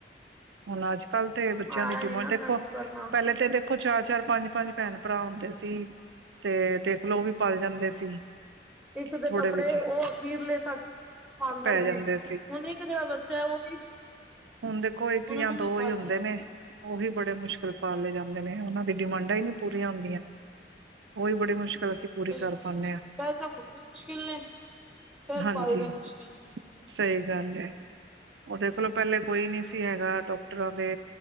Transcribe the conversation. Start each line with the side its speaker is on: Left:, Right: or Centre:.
Right: ਹੁਣ ਅੱਜ ਕੱਲ੍ਹ ਤੇ ਬੱਚਿਆਂ
Centre: ਆਇਆ
Right: ਦੀ
Centre: ਨੀ
Right: ਡਿਮਾਂਡ
Centre: ਨਾ
Right: ਦੇਖੋ,
Centre: ਸਾਨੂੰ ਕਰਨਾ
Right: ਪਹਿਲੇ ਤੇ ਦੇਖੋ ਚਾਰ -ਚਾਰ ਪੰਜ ਪੰਜ ਭੈਣ ਭਰਾ ਹੁੰਦੇ ਸੀ, ਤੇ ਦੇਖਲੋ ਉਹ ਵੀ ਪਲ ਜਾਂਦੇ ਸੀ।
Centre: ਇੱਕ ਦੇ
Right: ਥੋੜੇ
Centre: ਕੱਪੜੇ
Right: ਵਿੱਚ
Centre: ਉਹ ਅਖੀਰਲੇ ਤੱਕ ਖਾਂਦਾ
Right: ਪੈ
Centre: ਸੀ,
Right: ਜਾਂਦੇ
Centre: ਹੁਣ ਇੱਕ ਜਿਹੜਾ ਬੱਚਾ ਹੈ ਉਹ ਵੀ
Right: ਹੁਣ ਦੇਖੋ, ਇੱਕ
Centre: ਉਹਨਾਂ
Right: ਜਾਂ
Centre: ਨੂੰ
Right: ਦੋ
Centre: ਵੀ ਪਾਲਣਾ
Right: ਹੀ ਹੁੰਦੇ
Centre: ਬੜਾ
Right: ਨੇ
Centre: ਔਖਾ
Right: ਉਹੀ
Centre: ਹੈ
Right: ਬੜੇ ਮੁਸ਼ਕਿਲ ਪਾਲੇ ਜਾਂਦੇ ਨੇ, ਉਹਨਾਂ ਦੀ ਡਿਮਾਂਡ ਇਹ ਹੀ ਨਹੀਂ ਪੂਰੀਆਂ ਹੁੰਦੀਆਂ, ਉਹੀ ਬੜੀ ਮੁਸ਼ਕਿਲ ਅਸੀਂ ਪੂਰੀ
Centre: ਬਿਲਕੁਲ
Right: ਕਰ ਪਾਉਂਦੇ
Centre: -ਬਿਲਕੁਲ
Right: ਹਾਂ
Centre: ਪਹਿਲੇ ਤਾਂ ਹੁੰਦੇ ਮੁਸ਼ਕਿਲ ਨੇ, ਫੇਰ
Right: ਹਾਂਜੀ
Centre: ਪਲਦੇ ਮੁਸ਼ਕਿਲ ਨੇ
Right: ਸਹੀ ਗੱਲ ਹੈ, ਉਹ ਦੇਖਲੋ ਪਹਿਲੇ ਕੋਈ
Centre: ਬੜਾ ਚੱਕਰ
Right: ਨਹੀਂ ਸੀ ਹੈਗਾ
Centre: ਹੈ
Right: ਡਾਕ ਡੋਕਟਰਾਂ ਦੇ